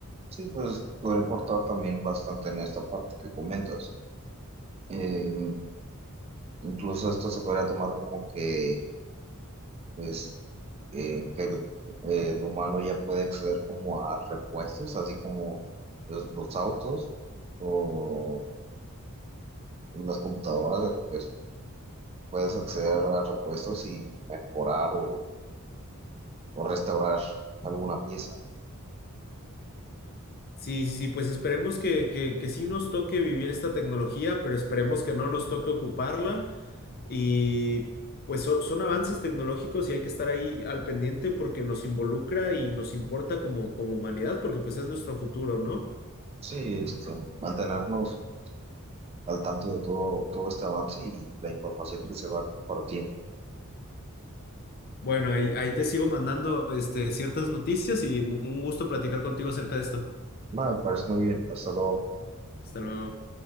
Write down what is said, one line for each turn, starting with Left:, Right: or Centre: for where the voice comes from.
Right: Sí, pues podría aportar también bastante en esta parte que comentas. Eh, Incluso esto se podría tomar como que, pues, eh, que el, eh, el humano ya puede acceder como a repuestos, así como pues, los autos o las computadoras, de que pues puedes acceder a repuestos y mejorar o, o restaurar alguna pieza.
Left: Sí, sí, sí, pues esperemos que, que, que sí nos toque vivir esta tecnología, pero esperemos que no nos toque ocuparla. Y pues so- son avances tecnológicos y hay que estar ahí al pendiente porque nos involucra y nos importa como, como humanidad, porque pues es nuestro futuro, ¿no?
Right: Sí, este, mantenernos al tanto de todo, todo este avance y la información que se va compartiendo.
Left: Bueno, ahí, ahí te sigo mandando este, ciertas noticias y mu- un gusto platicar contigo acerca de esto.
Right: No, me parece muy bien. Hasta luego.
Left: Hasta luego.